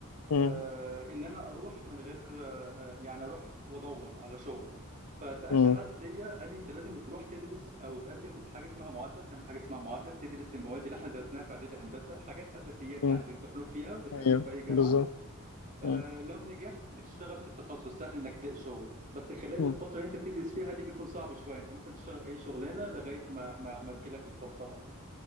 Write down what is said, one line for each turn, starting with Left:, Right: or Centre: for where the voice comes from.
Left: م-
Right: آه، ان انا اروح من غير آه، آه، يعني اروح وادور على شغل فسالت
Left: م-
Right: حد ليا قال لي انت لازم تروح تدرس او تقدم حاجه اسمها معادله تعمل حاجه اسمها معادله بتدرس المواد اللي احنا درسناها في اعدادي هندسه حاجات اساسيات
Left: م.
Right: يعني بيمتحنوك فيها بتقدم
Left: أيوه
Right: في اي جامعه
Left: بالظبط
Right: آه،
Left: م-
Right: لو نجحت بتشتغل في التخصص سهل انك تلاقي شغل بس خلال
Left: م.
Right: الفتره اللي انت بتدرس فيها دي بيكون صعب شويه انت ممكن تشتغل اي شغلانه لغايه ما ما, ما تجيلك الفرصه بقى